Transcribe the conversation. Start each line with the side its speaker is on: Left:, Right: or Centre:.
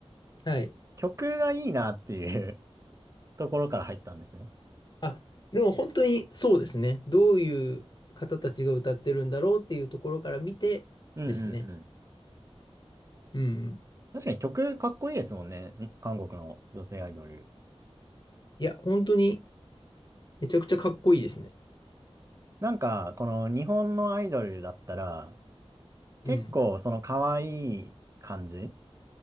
Left: はい。
Right: 曲がいいなっていう <laughs> ところから入ったんですね。
Left: あ、でも本当にそうですね。どういう方たちが歌ってるんだろうっていうところから見てですね。
Right: うんうんうん。
Left: うんうん。
Right: 確かに曲かっこいいですもんね。に韓国の女性アイドル。
Left: いや、本当にめちゃくちゃかっこいいですね。
Right: なんか、この日本のアイドルだったら、結構その可愛い感じ、
Left: うん。